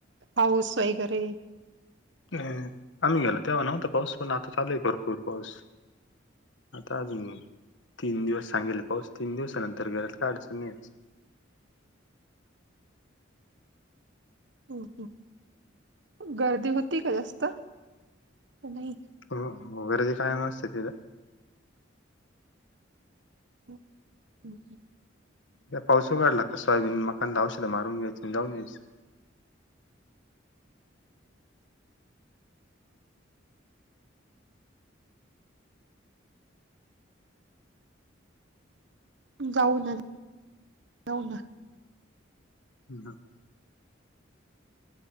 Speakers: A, on the right; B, on the left.
A: पाऊस वगैरे.
B: अ आम्ही गेलो तेव्हा नव्हता पाऊस पण आता चालूये भरपूर पाऊस. आता अजून तीन दिवस सांगेल ये पाऊस तीन दिवसानंतर घरात काय अडचणीच.
A: हम्म हम्म गर्दी होती का जास्त नाही.
B: हो हो गर्दी कायम असते तिथ.
A: हम्म हम्म हम्म.
B: पाऊस उघडला का सोयाबीन मकांना औषध मारून घ्यायचं आणि जाऊन यायचं.
A: जाऊ ना जाऊ ना.
B: अ हां.